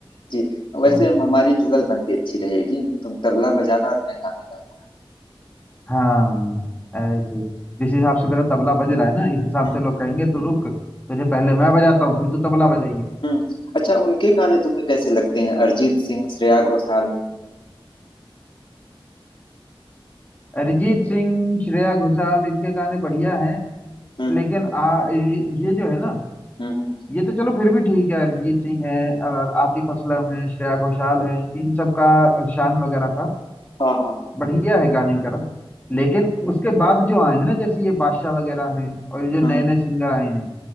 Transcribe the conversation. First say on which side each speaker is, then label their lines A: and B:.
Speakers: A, on the left; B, on the left.
A: जी वैसे
B: हाँ।
A: हमारी जुगलबंदी अच्छी रहेगी तुम तबला बजाना और मैं गाने गाऊंगा
B: हाँ ऐसे ही। जिस हिसाब से मेरा तबला बज रहा है ना इस हिसाब
A: हम्म
B: से लोग कहेंगे तू रुक तुझे पहले मैं बजाता हूँ फिर तू तबला बजाइयो
A: हम्म अच्छा उनके गाने तुम्हें कैसे लगते हैं अरिजीत सिंह श्रेया घोषाल
B: अरिजीत सिंह श्रेया घोषाल इनके गाने बढ़िया हैं
A: हम्म
B: लेकिन आ ये ये जो है ना
A: हम्म हम्म।
B: ये तो चलो फिर भी ठीक है अरिजीत सिंह है और आतिफ असलम है श्रेया घोषाल है इन सब का शान वगैरह का
A: हाँ हाँ
B: बढ़िया है गाने वगैरह लेकिन उसके बाद जो आए हैं ना जैसे ये बादशाह वगैरह हैं और ये जो
A: हम्म
B: नए नए सिंगर आए हैं